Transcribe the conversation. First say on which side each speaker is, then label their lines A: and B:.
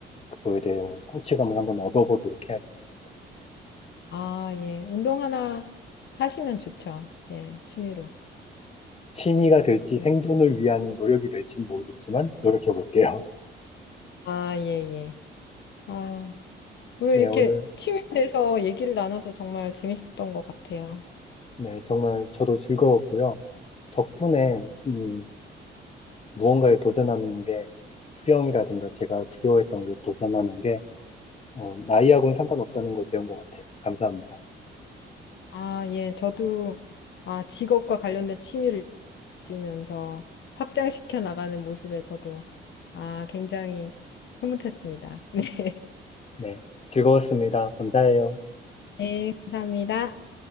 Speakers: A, on the left; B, on the left.
A: 그거에 대한 성취감을 한번 얻어보도록 해야겠어요.
B: 아, 예. 운동 하나 하시면 좋죠. 예, 취미로.
A: 취미가 될지
B: 예.
A: 생존을 위한 노력이 될지는 모르겠지만 노력해 볼게요.
B: 아, 예, 예. 아, 오늘
A: <laughs> 네,
B: 이렇게
A: 오늘
B: 취미에 대해서 얘기를 나눠서 정말 재밌었던 것 같아요.
A: 네, 정말 저도 즐거웠고요. 덕분에 음, 무언가에 도전하는 게 수영이라든가 제가 두려워했던 게 도전하는 게 어, 나이하고는 상관없다는 걸 배운 것 같아요. 감사합니다.
B: 아, 예. 저도 아, 직업과 관련된 취미를 가지면서 확장시켜 나가는 모습에 저도 아, 굉장히 흐뭇했습니다. <laughs> 네.
A: 네, 즐거웠습니다. 감사해요.
B: 네, 감사합니다.